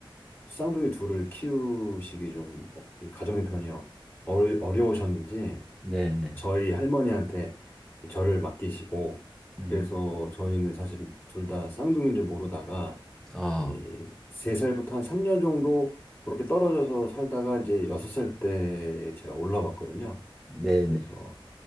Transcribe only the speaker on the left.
쌍둥이 둘을 키우시기 좀 어, 이 가정의 편이 어, 어려우셨는지
저희 할머니한테 저를 맡기시고 그래서
저희는 사실 둘 다 쌍둥이인 줄 모르다가
예, 세살부터한 3년 정도 그렇게 떨어져서 살다가 이제 여섯 살 때 제가 올라왔거든요.
그래서